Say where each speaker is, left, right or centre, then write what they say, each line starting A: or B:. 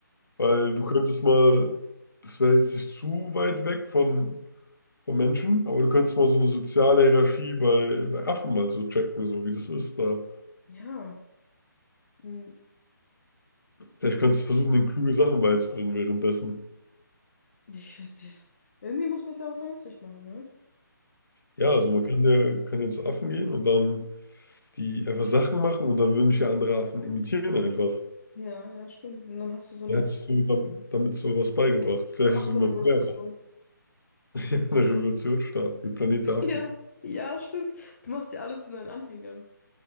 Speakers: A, on the left; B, on the left.
A: weil du könntest mal, das wäre jetzt nicht zu weit weg von, von Menschen, aber du könntest mal so eine soziale Hierarchie bei, bei Affen mal so checken, so wie das ist da.
B: Ja. Hm,
A: Vielleicht kannst du versuchen, den kluge Sachen beizubringen währenddessen.
B: Ich würde es. Irgendwie muss man es ja auch nützlich machen, ne?
A: Ja,
B: Aber ich,
A: also man kann ja, kann ja zu Affen gehen und dann die einfach Sachen machen und dann würden dich ja andere Affen imitieren einfach.
B: ja, ja, stimmt. Und dann hast du so eine
A: Dann hättest du dam- damit so was beigebracht. Vielleicht ist
B: Affenrevolution.
A: es immer Feuer,
B: <laughs>
A: <laughs> ja, eine Revolution starten, wie Planet der Affen.
B: Ja, ja, stimmt. Du machst dir alles in deinen Anhänger.